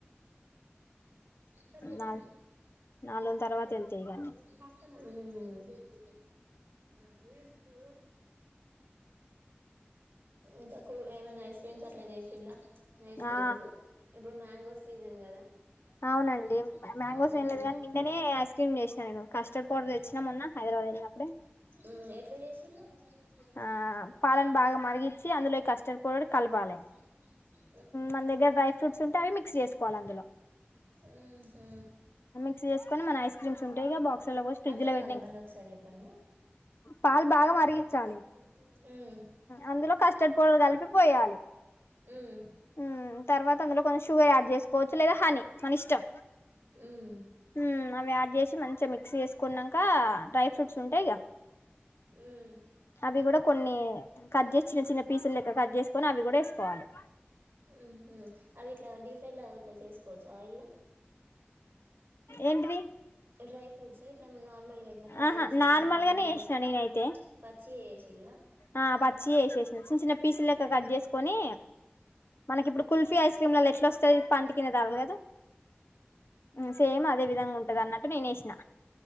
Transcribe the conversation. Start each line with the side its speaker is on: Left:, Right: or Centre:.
Right: ఎందరి చెప్పూరి
Left: నాలు నాలుగు రోజుల
Right: హమ్
Left: తర్వాత వెళ్తాయి ఇగ అన్ని
Right: ఆ ఏడుస్తుంది ఇంక ఏమైనా ఐస్ క్రీమ్స్ అట్ల చేసిన్ర ఐస్ క్రీమ్స్
Left: ఆ
Right: ఇప్పుడు మ్యాంగోస్ సీజన్ కదా పక్కం
Left: అవునండి మ్యాంగోస్
Right: అతే
Left: ఏం లేదు కానీ నిన్ననే ఐస్ క్రీమ్ చేసినా నేను కస్టర్డ్ పౌడర్ తెచ్చినా
Right: <unintelligible>
Left: మొన్న హైదరాబాద్ వెళ్ళినప్పుడే
Right: ఉమ్ ఎట్ల చేసి డిగుంటి అ
Left: ఆ
Right: మ
Left: పాలను బాగా మరిగిచ్చి అందులో ఈ కస్టర్డ్ పౌడర్ కలపాలి
Right: గుుగుడ <unintelligible>
Left: మన దగ్గర డ్రై ఫ్రూట్స్ ఉంటే అవి మిక్స్ చేసుకోవాలి అందులో
Right: ఉమ్ ఉమ్ హా
Left: మిక్సి చేసుకొని మన ఐస్ క్రీమ్స్ ఉంటాయి గా బాక్స్ ల లో పోసి ఫ్రిడ్జ్
Right: అర్ధం
Left: లో పెట్ట
Right: కాలే మళ్ళీ ఒకసారి చెప్పండి
Left: పాలు బాగా మరిగించాలి
Right: మ్మ్
Left: అందులో కస్టర్డ్ పౌడర్ కలిపిపోయాలి
Right: ఉమ్
Left: ఉమ్ తర్వాత అందులో కొంచెం షుగర్ యాడ్ చేసుకోవచ్చు లేదా హనీ మన ఇష్టం
Right: మ్మ్
Left: ఉమ్ అవి యాడ్ చేసి మంచిగా మిక్సి చేసుకున్నాక డ్రై ఫ్రూట్స్ ఉంటాయి
Right: మ్మ్
Left: అవి కూడా కొన్నీ కట్ చేసి చిన్న చిన్న పీసులు లెక్క కట్ చేసుకొని అవి కూడా వేసుకోవాలి
Right: ఉమ్ హా అవి ఇట్లా డీప్ ఫ్రై లా ఇట్ల చేసుకోవచ్చా ఆయిల్ లో
Left: ఏంటిది
Right: డ్రై ఫ్రూట్స్ ఇట్లా నార్మల్గా ఇట్లా ఫ్రై
Left: ఆహా
Right: చేస్తారు
Left: నార్మల్
Right: కదా
Left: గానే
Right: నెయ్యి
Left: వేసిన
Right: ఎసి
Left: నేనైతే
Right: పచ్చియే ఎసిల్లా
Left: ఆ పచ్చి ఏసేసి చిన్న చిన్న పీసులెక్క కట్ చేసుకొని మనకి ఇప్పుడు కుల్ఫీ ఐస్ క్రీమ్లలో ఎట్లా వస్తంది పంటి
Right: అయితే
Left: కింద తగలదు ఉం సేమ్ అదే విధంగా ఉంటది అన్నట్టు నేను ఏసిన